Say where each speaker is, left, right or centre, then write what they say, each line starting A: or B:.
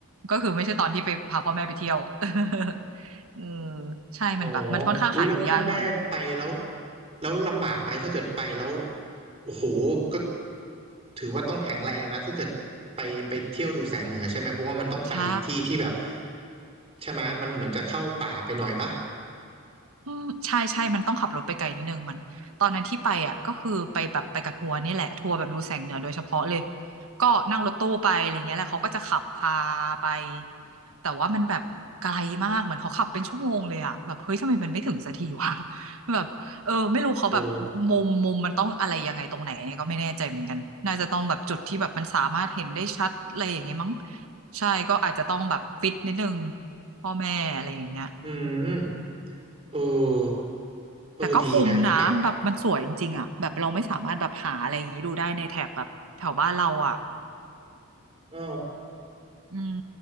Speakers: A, on the right; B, on the right.
A: ก็คือไม่ใช่ตอนที่ไปพาพ่อแม่ไปเที่ยว <laughs> เออใช่มันแบบมันค่อนข้างหาดูยากหน่อย
B: อ๋ออุ้ยแล้วพ่อแม่ไปแล้วแล้วลำบากไหมถ้าเกิดไปแล้วโอ้โหก็ถือว่าต้องแข็งแรงนะถ้าเกิดไปไปเที่ยวดูแสงเหนือใช่ไหมเพราะว่ามันต้องไปที่ที่แบบ
A: ใช่
B: ใช่ไหมมันเหมือนจะเข้าป่าไปหน่อยปะ
A: อืมใช่ใช่ มันต้องขับรถไปไกลนิดนึงมันตอนนั้นที่ไปอ่ะก็คือไปแบบไปกับทัวร์นี่แหละทัวร์แบบดูแสงเหนือโดยเฉพาะเลยก็นั่งรถตู้ไปอะไรเงี้ยแหละเขาก็จะขับพาไปแต่ว่ามันแบบไกลมากเหมือนเขาขับเป็นชั่วโมงเลยอ่ะแบบเฮ้ยทำไมมันไม่ถึงสักทีวะ <laughs> แบบเออไม่รู้เขาแบบมุมมุมมันต้องอะไรยังไงตรงไหนเนี่ยก็ไม่แน่ใจเหมือนกันน่าจะต้องแบบจุดที่แบบมันสามารถเห็นได้ชัดอะไรอย่างเงี้ยมั้ง
B: โอ้
A: ใช่ก็อาจจะต้องแบบฟิตนิดนึงพ่อแม่อะไรอย่างเงี้ยเออ
B: อืมเออเออดีนะแบบ
A: แต่ก็คุ้มนะแบบมันสวยจริงๆอ่ะแบบเราไม่สามารถแบบหาอะไรอย่างนี้ดูได้ในแถบแบบแถวบ้านเราอ่ะ
B: เออ
A: อืม